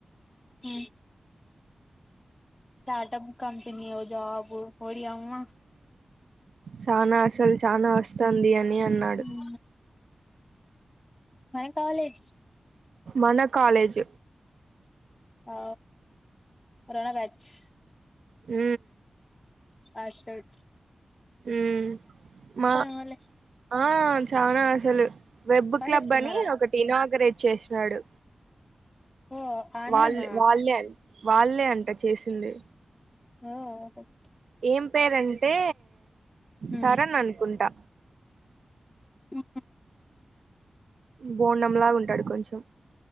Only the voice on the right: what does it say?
చానా అసలు చానా వస్తుంది అని అన్నాడు
మన కాలేజ్
ఊ
ఊ మా
ఆ చనా అసలు వెబ్
క్లబ్
అని ఒకటి ఇనాగరేట్ చేసినాడు
వాల్ వాళ్ళే వాళ్ళే అంట చేసింది
ఏం పేరంటే
సరన్ అనుకుంటా
బోండంలాగా ఉంటాడు కొంచెం